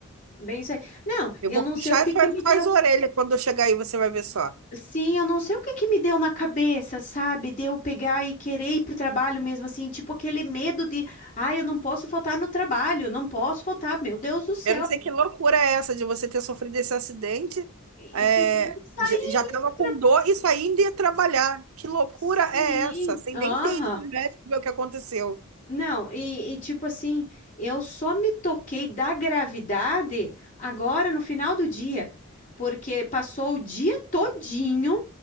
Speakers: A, on the left (about 35°); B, on the right (about 80°).
A: bem isso aí. Não,
B: Eu
A: eu
B: vou
A: não
B: puxar
A: sei o que
B: as
A: que
B: suas,
A: me
B: suas
A: deu.
B: orelhas quando eu chegar aí, você vai ver só.
A: Sim, eu não sei o que que me deu na cabeça, sabe? De eu pegar e querer ir pro trabalho mesmo, assim, tipo aquele medo de, ah, eu não posso faltar no trabalho, eu não posso faltar, meu Deus do céu.
B: Eu não sei que loucura é essa de você ter sofrido esse acidente,
A: E
B: é,
A: pedir isso aí
B: já, já tava
A: ir pro
B: com
A: trabalho.
B: dor e só ainda ia trabalhar. Que loucura
A: Sim,
B: é essa? Sem
A: aham.
B: nem ter ido no médico ver o que aconteceu.
A: Não, e, e tipo assim, eu só me toquei da gravidade agora no final do dia, porque passou o dia todinho